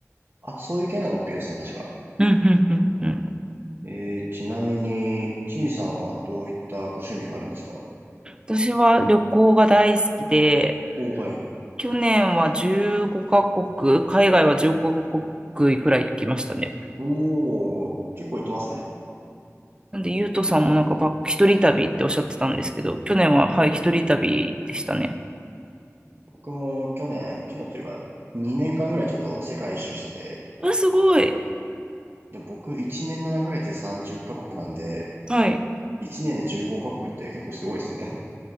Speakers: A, on the right (about 45°); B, on the right (about 15°).
A: あ、そういう系なら OK ですね、確か。
B: うんうんうんうん。
A: えー、ちなみに、ちいさんはどういったご趣味があるんですか
B: 私は旅行が大好きで、
A: おー、はい。
B: 去年は15カ国、海外は15カ国くらい行きましたね。
A: おー、結構行ってますね。
B: なんで、ゆうとさんもなんかバック、一人旅っておっしゃってたんですけど、去年は、はい、一人旅でしたね。
A: 僕も去年、去年というか、2年間ぐらいちょっと世界一周してて、
B: うわ、すごい。
A: でも僕1年7ヶ月で30カ国なんで、
B: はい。
A: 1年で15カ国って結構すごいですね。